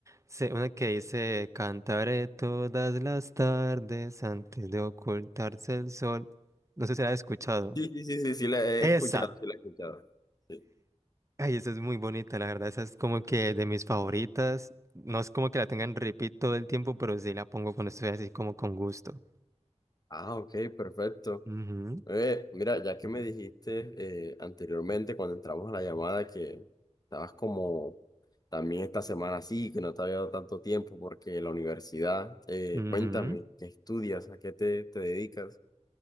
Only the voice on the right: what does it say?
se- una que dice, cantaré todas las tardes antes de ocultarse el sol, no sé si la has escuchado.
Esa,
ay, esa es muy bonita, la verdad, esa es como que de mis favoritas, no es como que la tengan repeat todo el tiempo, pero sí la pongo cuando estoy así como con gusto.
Ujú,
ujú.